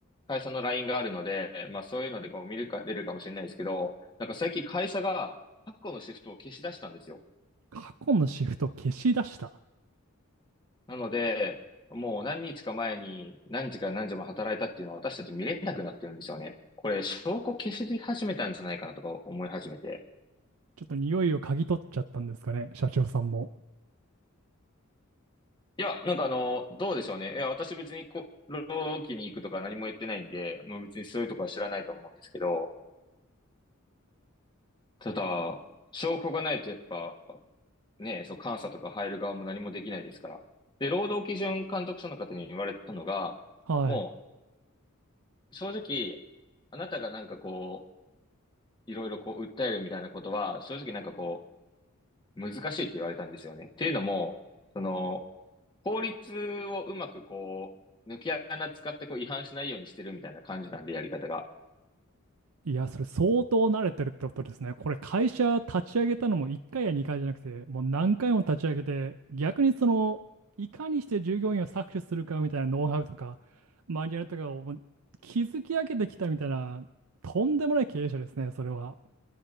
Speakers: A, on the left; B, on the right.
A: 会社の LINE があるので、まあ、そういうのでこう見るか、出るかもしれないですけど、なんか最近会社が過去のシフトを消し出したんですよ。
B: 過去のシフト消し出した。
A: なので、もう何日か前に何時から何時まで働いたっていうのは私たち見れなくなってるんですよね。これ、証拠消し始めたんじゃないかなとか思い始めて。
B: ちょっと匂いを嗅ぎ取っちゃったんですかね、社長さんも。
A: いや、なんかあの、どうでしょうね。いや、私別にこ、労キに行くとか何も言ってないんで、もう別にそういうとこは知らないと思うんですけど、ただ、証拠がないとやっぱ、ね、そう、監査とか入る側も何もできないですから。で、労働基準監督署の方に言われたのが、
B: はい。
A: もう、正直、あなたがなんかこう、いろいろこう、訴えるみたいなことは、正直なんかこう、難しいって言われたんですよね。っていうのも、その、法律をうまくこう、抜け穴使ってこう、違反しないようにしてるみたいな感じなんで、やり方が。
B: いや、それ相当慣れてるってことですね。これ会社立ち上げたのも1回や2回じゃなくて、もう何回も立ち上げて、逆にその、いかにして従業員を搾取するかみたいなノウハウとか、マニュアルとかをもう築き上げてきたみたいな、とんでもない経営者ですね、それは。